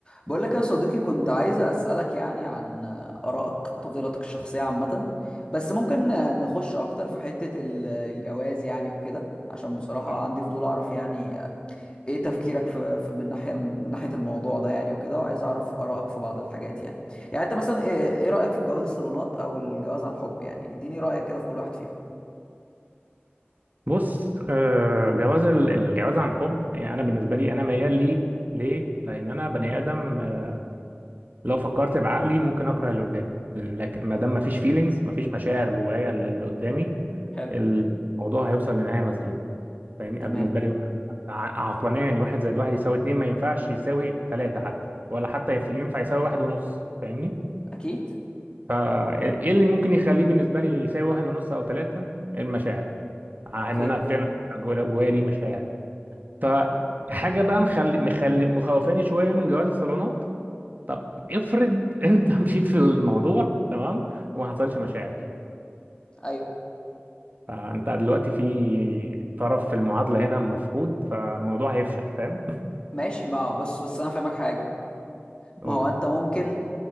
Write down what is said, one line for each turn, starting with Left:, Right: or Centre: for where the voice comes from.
Left: بقول لك يا صديقي كنت عايز أسألك يعني عن آرائك وتفضيلاتك الشخصية عامة بس ممكن نخش أكتر في حتة ال- الجواز يعني وكده عشان بصراحة
Right: اه
Left: عندي فضول أعرف يعني إيه تفكيرك في في من ناحية الم- من ناحية الموضوع ده يعني وكده وعايز أعرف آرائك في بعض الحاجات يعني يعني أنت مثلا إيه إيه رأيك في الجواز الصالونات أو الجواز عن حب يعني إديني رأيك كده في كل واحد فيهم
Right: بص آه، جواز ال- الجواز عن حب يعني انا بالنسبه لي انا ميال ليه ليه لان انا بني ادم آه، لو فكرت بعقلي ممكن اكره اللي قدامي لكن ما دام ما فيش فيلينجز ما فيش مشاعر جوايا للي قدامي
Left: حلو
Right: الموضوع هيوصل لنهايه مسدوده فاهمني
Left: تمام
Right: انا بالنسبه لي ع- عقلانيا يعني واحد زائد واحد يساوي اتنين ما ينفعش يساوي تلاته حتى ولا حتى يف- ينفع يساوي واحد ونص فاهمني
Left: أكيد
Right: فايه اللي ممكن يخليه بالنسبه لي يساوي واحد ونص او تلاته المشاعر ع-
Left: أوكي
Right: ان انا فعلا جوايا جوايا ليه مشاعر فحاجه بقى مخلي مخلي مخوفاني شويه من جواز الصالونات طب افرض <laughs> انت مشيت في الموضوع تمام وما حصلش مشاعر
Left: أيوه
Right: فانت دلوقتي في طرف في المعادله هنا مفقود فالموضوع هيفشل فاهم
Left: ماشي ما بس بس أنا فاهمك حاجة
Right: <laughs> قول
Left: ما هو أنت ممكن